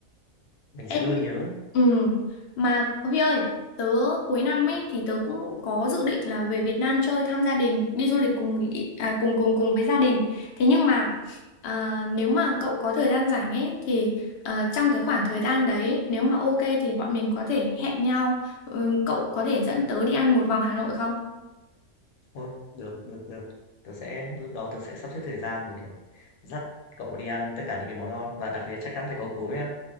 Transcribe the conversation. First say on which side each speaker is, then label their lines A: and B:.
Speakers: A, on the left (about 80°); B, on the left (about 60°).
A: mình sẽ
B: Ê, Hi-
A: luôn nhớ.
B: ừ. Mà Huy ơi, tớ cuối năm ấy thì tớ cũng có dự định là về Việt Nam chơi thăm gia đình, đi du lịch cùng ý- à, cùng cùng cùng với gia đình. Thế nhưng mà à, nếu mà cậu có thời gian rảnh ấy thì à, trong cái khoảng thời gian đấy nếu mà ok thì bọn mình có thể hẹn nhau. Ừ, cậu có thể dẫn tớ đi ăn một vòng Hà Nội không?
A: Ôi, được, được, được. Tớ sẽ lúc đó tớ sẽ sắp xếp thời gian mà, kiểu, dắt cậu đi ăn tất cả những cái món ngon và đặc biệt chắc chắn phải có cốm nhá.